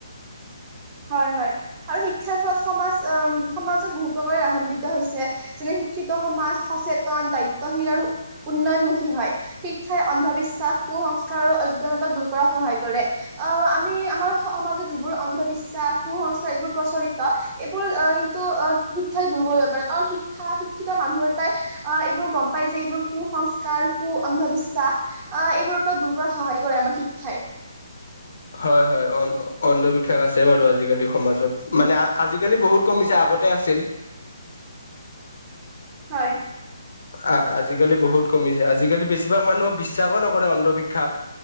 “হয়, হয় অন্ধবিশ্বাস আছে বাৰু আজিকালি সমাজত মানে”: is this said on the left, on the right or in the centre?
Left